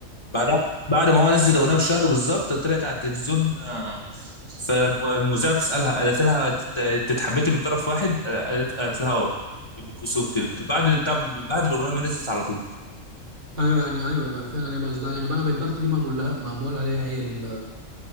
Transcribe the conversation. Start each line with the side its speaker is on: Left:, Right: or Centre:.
Left: بعدها بعد ما هو نزل الاغنيه بشهر بالظبط طلعت على التلفزيون آه، فالمذيعه بتسالها قالت لها "تت- تتحبتي من طرف واحد آه، قالت قالت لها اه بالكسوف كده بعد بتاع بعد الاغنيه ما نزلت على طول
Right: ايوه يعني ايوه يبقى فعلا يبقى قصدها يعني بلعب البخت دي معمول لها معمول عليها هي ال-